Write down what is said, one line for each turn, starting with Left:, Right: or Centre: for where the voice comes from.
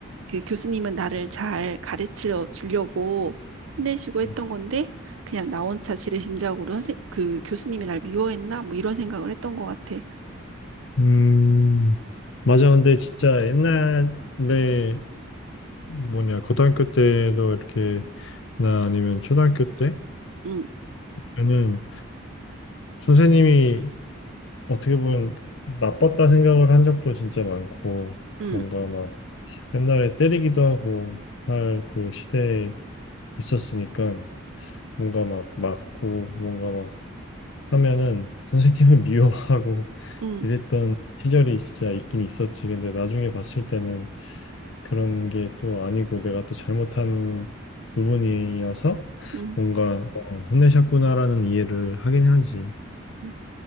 Right: 그 교수님은 나를 잘 가르쳐 주려고 혼내시고 했던
Left: 음,
Right: 건데 그냥 나 혼자 지레심작으로 선생 그 교수님이 날 미워했나 뭐 이런 생각을 했던 것 같아.
Left: 음. 맞아. 근데 진짜 옛날에 뭐냐, 고등학교 때도 이렇게, 나 아니면 초등학교 때
Right: 응,
Left: 보면은 선생님이 어떻게 보면 나빴다 생각을 한 적도 진짜 많고,
Right: 응,
Left: 뭔가 막 옛날에 때리기도 하고 할 그 시대에 있었으니까. 뭔가 막 맞고 뭔가 막 하면은 선생님을 <laughs> 미워하고
Right: 응,
Left: 이랬던 시절이 진짜 있긴 있었지. 근데 나중에 봤을 때는 그런 게 또 아니고 내가 또 잘못한 부분이어서
Right: 응,
Left: 뭔가 어, 혼내셨구나라는 이해를 하긴 하지.
Right: 응,